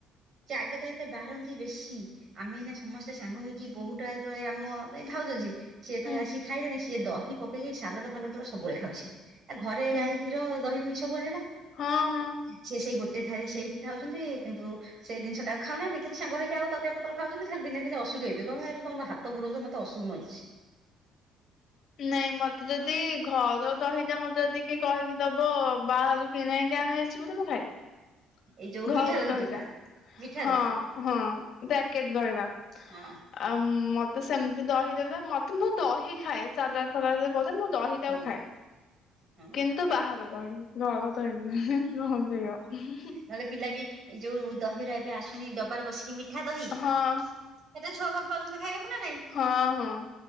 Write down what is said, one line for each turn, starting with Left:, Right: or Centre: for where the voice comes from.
Right: ସେ ଆଗେ ତ ଏତେ ବାରାନ୍ତି ବେଶୀ ଆମେ ଏଇନା ସମସ୍ତେ ସାଙ୍ଗ ହେଇକି ବୋହୁଟା ତଳେ ଆମ ଏ ଭାଉଜ ଯିଏ ସିଏ ତଳେ
Left: ହୁଁ
Right: ଆସିି ଖାଇଲେଣି ସିଏ ଦହି ପକେଇକି ସାଲଟ ଫାଲଟ ଗୁରା ସବୁବେଳେ ଖାଉଛି। ଆ ଘରେ
Left: ହୁଁ
Right: ଗାଈ କ୍ଷୀର ଦହି ପହି ସବୁବେଳେ ହେଲା।
Left: ହଁ ହଁ
Right: ସିଏ ସେଇ ଗୋଟେ ଥାଲିରେ ସେଇଠି ଖାଉଛନ୍ତି କିନ୍ତୁ ସେ ଜିନିଷ ଟାକୁ ଖାଉନାହାଁନ୍ତିି କେନ୍ତୀ ସାଙ୍ଗ ହେକି ଆଉ ତରକାରୀ ପତ୍ର ଖାଉଛନ୍ତି। ଖାଲି ଦିନେ ଦିନେ। <unintelligible> ତମେ ହାତ ବୁଡାଉଛ ମତେ ଅଶୁଭ ମାଡୁଚି।
Left: ନାଇଁ ମତେ ଯଦି ଘର ଦହିଟା ମତେ ଯଦିକି କହିକି ଦବ ବାହାରୁ କିଣା ହେଇକି ଅଣାହେଇଚି ବୋଲି ମୁଁ ଖାଇବି।
Right: ଏଇ ଯୋଉ
Left: ଘର
Right: ମିଠା ଦହି
Left: ଦହିଟା
Right: ଯୋଉଟା ମିଠା
Left: ହଁ-ହଁ
Right: ଦହି
Left: ପ୍ୟାକେଟ ଦହିବା।
Right: ହଁ
Left: ଆ ମତେ ସେମିତି ଦହି ଦେଲେ ମତେ ମୁଁ ଦହି ଖାଏ ସାଲାଡ ଫଲାଡ଼ ଦହିଟାକୁ
Right: ହୁଁ
Left: ଖାଏ,
Right: ହଁ
Left: କିନ୍ତୁ ବାହାର ଦହି। ଘର ଦହି ନୁହେଁ,
Right: ହୁଁ
Left: ଗନ୍ଧେଇବ। ଉଁ ହୁଁ ହୁଁ।
Right: ନହେଲେ ପିଲା ବି ଏଇ ଯୋଉ ଦହିର ଏବେ ଆସୁନି ଡବାରେ ବସିକି ମିଠା ଦହି
Left: ହଁ
Right: ସେଥିପାଇଁ ଛୁଆ ଭଲପାଉଛନ୍ତି ଖାଇଆକୁ ନା ନାଇଁ।
Left: ହଁ-ହଁ।